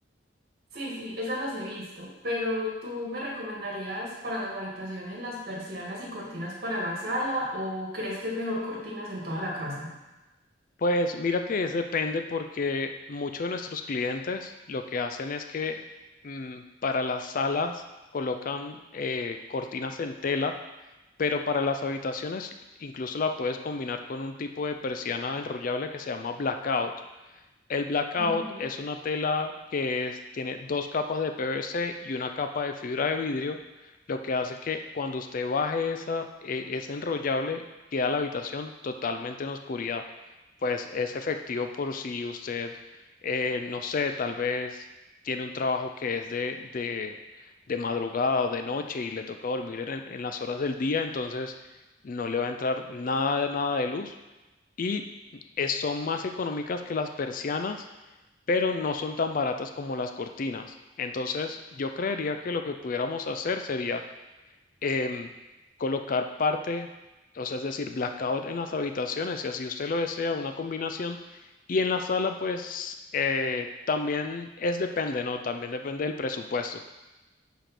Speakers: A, on the right; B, on the left.
A: Sí, sí, esas las he visto, pero ¿tú me recomendarías para las habitaciones las persianas y cortinas para la sala o crees que es mejor cortinas en toda la casa?
B: Pues mira que es depende porque muchos de nuestros clientes lo que hacen es que mm, para las salas colocan eh, cortinas en tela, pero para las habitaciones incluso la puedes combinar con un tipo de persiana enrollable que se llama blackout. El blackout
A: Ujú,
B: es una tela que es- tiene dos capas de PVC y una capa de fibra de vidrio, lo que hace que cuando usted baje esa, eh, ese enrollable, queda la habitación totalmente en oscuridad. Pues es efectivo por si usted, eh, no sé, tal vez tiene un trabajo que es de, de, de madrugada o de noche y le toca dormir en, en las horas del día, entonces no le va a entrar nada de nada de luz. Y es- son más económicas que las persianas, pero no son tan baratas como las cortinas. Entonces, yo creería que lo que pudiéramos hacer sería em, colocar parte, o sea, es decir, blackout en las habitaciones, si así usted lo desea, una combinación. Y en la sala, pues, eh, también es depende, ¿no? También depende del presupuesto.